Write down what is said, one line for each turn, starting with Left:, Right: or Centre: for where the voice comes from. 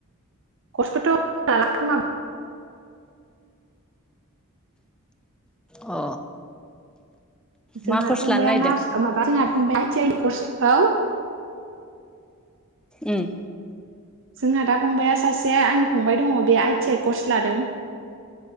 Right: खस्थ' लाला खोमा
Centre: अ
Right: जोंहा
Centre: मा कर्स
Right: फंबाया
Centre: लानो नागिरदों
Right: नार्स माबा जोंहा फंबाया आइ टि आइ कर्स हौ
Centre: उम
Right: जोंहा दा फंबाया सासे आंनि फंबाय दङ बे आइ टि आइ कर्स लादों।